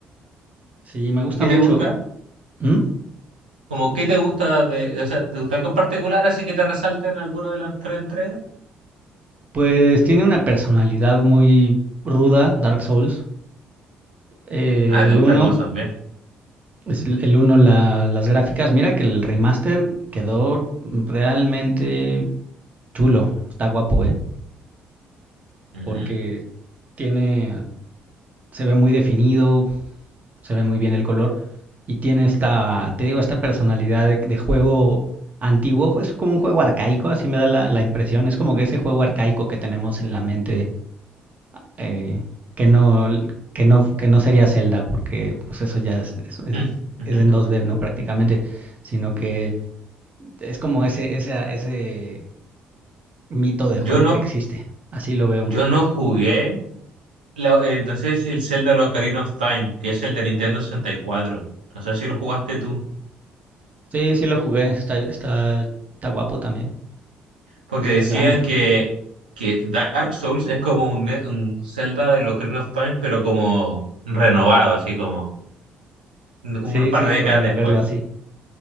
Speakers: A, on the right; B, on the right.
A: Sí, me gusta
B: ¿Y qué
A: mucho.
B: te gusta?
A: ¿Mm?
B: Como, ¿qué te gusta de, o sea, te gusta algo en particular así que te resalten en alguna de las tres entregas?
A: Pues tiene una personalidad muy ruda, Dark Souls. Eh,
B: Ah, te
A: el
B: gusta
A: uno,
B: cómo son bien.
A: es el el 1 la- las gráficas, mira que el remaster quedó realmente chulo, está guapo, ¿eh?
B: Mm.
A: Porque tiene, se ve muy definido, se ve muy bien el color y tiene esta, te digo, esta personalidad de, de juego antiguo, es como un juego arcaico, así me da la, la impresión, es como que ese juego arcaico que tenemos en la mente eh, que no, que no, que no sería Zelda, porque pues eso ya es, es- es-
B: <laughs>
A: es en 2D, ¿no? Prácticamente, sino que es como ese, ese, ese mito de
B: Yo
A: juego
B: no,
A: que existe. Así lo veo
B: yo
A: un poco.
B: no jugué la- eh, entonces el Zelda Ocarina of Time, que es el de Nintendo sesenta y cuatro No sé si lo jugaste tú.
A: Sí, sí lo jugué, está, está, está guapo también.
B: Porque
A: Es,
B: decían
A: es grande.
B: que, que Dark Souls es como un, ne- un Zelda de Ocarina of Time, pero como renovado, así como un
A: Sí,
B: un par
A: sí,
B: de
A: podría
B: décadas después.
A: verlo así.